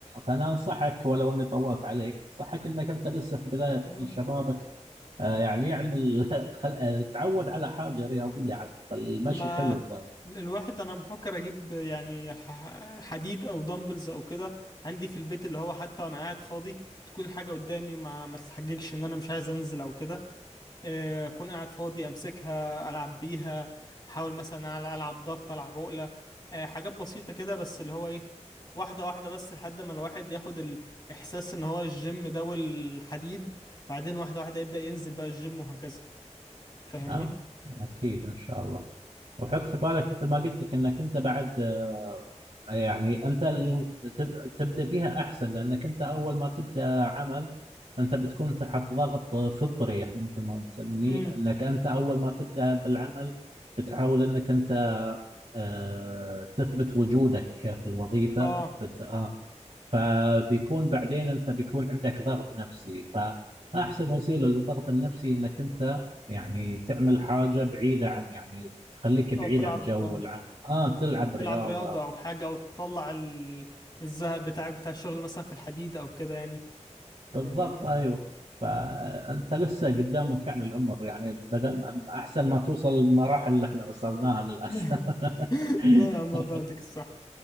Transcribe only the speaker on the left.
م.
ما
ال- الواحد انا بفكر اجيب يعني ح- حديد او دمبلز او كده عندي في البيت اللي هو حتى وانا قاعد فاضي تكون الحاجه قدامي ما ما تتحججش ان انا مش عايز انزل او كده آه، اكون قاعد فاضي امسكها العب بيها احاول مثلا على العب ضغط العب عقله آه، حاجات بسيطه كده بس اللي هو ايه واحده واحده بس لحد ما الواحد ياخد الاحساس ان هو الجيم ده والحديد بعدين واحده واحده يبدا ينزل بقى الجيم وهكذا فاهمني
امم
اه
او تلعب
اه
تلعب رياضة او حاجة او تطلع ال... الزهق بتاعك بتاع الشغل مثلا في الحديد او كده يعني
آه.
<laughs>
لا يا عم الله يديك الصح